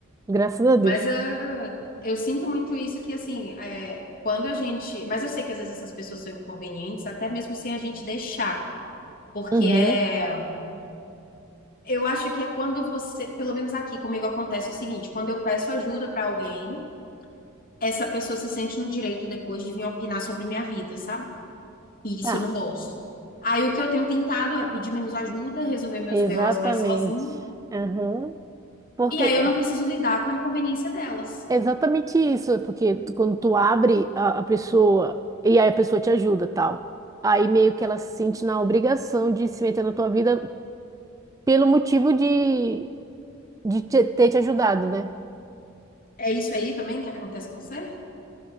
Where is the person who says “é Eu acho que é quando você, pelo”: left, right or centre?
Left